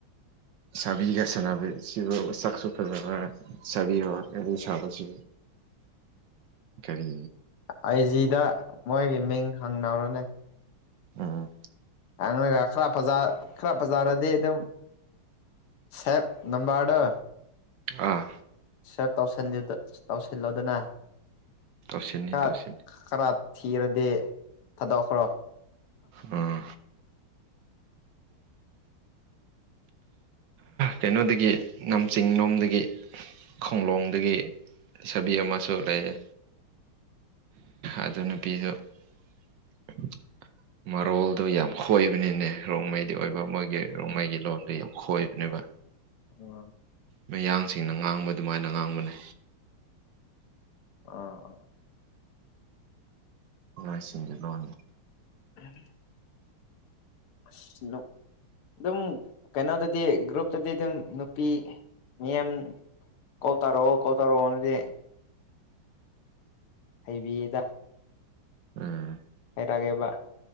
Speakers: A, on the right (about 70°); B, on the left (about 85°).
A: ꯁꯕꯤꯒ ꯁꯥꯅꯕ <inaudible> ꯁꯛꯁꯨ ꯐꯖꯕ꯭ꯔ꯫ <inaudible> ꯋꯥꯔꯤ ꯁꯥꯕꯁꯤ ꯀꯔꯤ꯫
B: ꯑꯥꯏꯖꯤꯗ ꯃꯣꯏꯒꯤ ꯃꯤꯡ ꯍꯪꯅꯔꯣꯅꯦ꯫
A: ꯎꯝ꯫
B: ꯑꯗꯨꯒ ꯈꯦ ꯐꯖ ꯈꯔ ꯐꯖꯥꯔꯗꯤ ꯑꯗꯨꯝ ꯁꯦꯞ ꯅꯝꯕꯔꯗꯣ꯫
A: ꯑꯥ
B: ꯁꯦꯞ ꯇꯧꯁꯟꯗꯦꯗ ꯇꯧꯁꯤꯜꯂꯣꯗꯅ꯫
A: ꯇꯧꯁꯤꯟꯅꯤ
B: ꯈꯔ
A: ꯇꯧꯁꯤꯟꯅꯤ
B: ꯈꯔ ꯊꯤꯔꯗꯤ ꯊꯥꯗꯣꯛꯈ꯭ꯔꯣ꯫
A: ꯎꯝ ꯀꯩꯅꯣꯗꯒꯤ ꯅꯝꯖꯤꯡꯂꯣꯝꯗꯒꯤ ꯈꯣꯡꯂꯣꯡꯗꯒꯤ꯫ ꯁꯥꯕꯤ ꯑꯃꯁꯨ ꯂꯩꯌꯦ ꯑꯗꯨ ꯅꯨꯄꯤꯗꯨ <unintelligible> ꯃꯔꯣꯜꯗꯣ ꯌꯥꯝ ꯈꯣꯏꯕꯅꯤꯅꯦ ꯔꯣꯡꯃꯩꯗꯤ ꯑꯣꯏꯕ ꯃꯣꯏꯒꯤ ꯔꯣꯡꯃꯩꯒꯤ ꯂꯣꯟꯗꯣ ꯌꯥꯝ ꯈꯣꯏꯕꯅꯦꯕ꯫
B: ꯑꯥ
A: ꯃꯌꯥꯡꯁꯤꯡꯅ ꯉꯥꯡꯕ ꯑꯗꯨꯃꯥꯏꯅ ꯉꯥꯡꯕꯅꯦ꯫
B: ꯑꯥ ꯑꯥ꯫
A: ꯢꯃꯥ ꯁꯤꯡꯒꯤ ꯂꯣꯟ꯫
B: <unintelligible> ꯑꯁ ꯅꯨꯞ ꯑꯗꯨꯝ ꯀꯩꯅꯣꯗꯗꯤ ꯒ꯭ꯔꯨꯞꯇꯗꯤ ꯑꯗꯨꯝ ꯅꯨꯄꯤ ꯃꯤꯌꯥꯝ ꯀꯣꯂ ꯇꯥꯔꯛꯣ ꯀꯣꯜ ꯇꯥꯔꯛꯑꯣꯅꯗꯤ꯫ ꯍꯩꯕꯤꯌꯦꯗ
A: ꯎꯝ
B: ꯇꯒꯦꯕ꯫